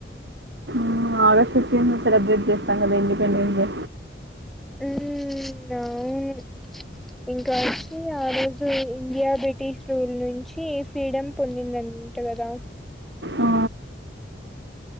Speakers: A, on the right; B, in the centre.
A: మ్, ఆగష్టు ఫిఫ్టీన్త్ న సెలబ్రేట్ చేస్తాం కదా ఇండిపెండెన్స్ డే
B: మ్, అవును. ఇంకా వచ్చి ఆ రోజు ఇండియా బ్రిటిష్ రూల్ నుంచి ఫ్రీడమ్ పొందింది. అంట కదా
A: ఆ,